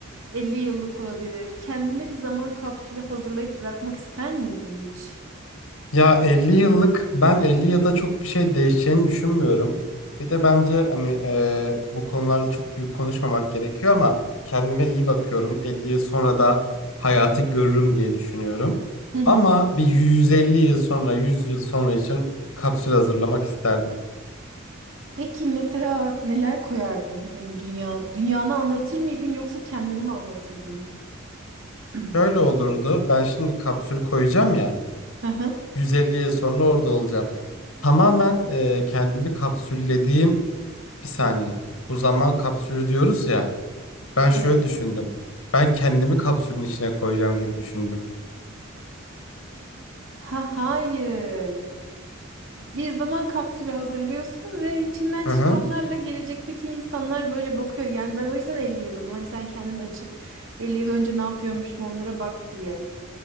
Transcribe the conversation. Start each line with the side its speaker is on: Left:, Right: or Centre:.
Right: 50 yıllık olabilir. Kendine bir zaman kapsülü hazırlayıp bırakmak ister miydin hiç?
Left: Ya 50 yıllık ben 50 yılda çok bir şey değişeceğini düşünmüyorum. Bir de bence hani eee, bu konularda çok büyük konuşmamak gerekiyor ama kendime iyi bakıyorum. 50 yıl sonra da hayatı görürüm diye düşünüyorum.
Right: Hı hı.
Left: Ama bir 150 yıl sonra, 100 yıl sonra için kapsül hazırlamak isterdim.
Right: Peki mesela neler koyardın? Hani dünya dünyanı anlatır mıydın yoksa kendini mi anlatırdın? <clears throat>
Left: Şöyle olurdu. Ben şimdi kapsül koyacağım ya.
Right: Hı hı.
Left: 150 yıl sonra orada olacağım. Tamamen eee, kendimi kapsüllediğim Bir saniye. Bu zaman kapsülü diyoruz ya. Ben şöyle
Right: Evet.
Left: düşündüm. Ben kendimi kapsülün içine koyacağım gibi düşündüm.
Right: Ha hayır. Bir zaman kapsülü hazırlıyorsun ve içinden çıkanlarla
Left: Hı hı.
Right: gelecekteki insanlar böyle bakıyor. Yani ben o yüzden 50 yıl dedim. Hani sen kendini açıp 50 yıl önce ne yapıyormuşum onlara bak diye.